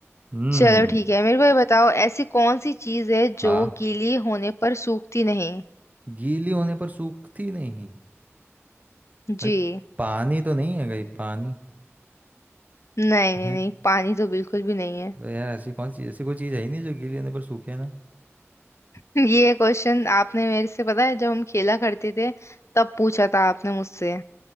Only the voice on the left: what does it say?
चलो ठीक है मेरे को ये बताओ ऐसी कौन सी चीज है
जो गीली होने पर सूखती नहीं
जी
नहीं नहीं
नहीं पानी तो बिल्कुल भी नहीं है
<laughs> ये क्वेश्चन आपने मेरे से पता है जब हम खेला करते थे तब पूछा था आपने मुझसे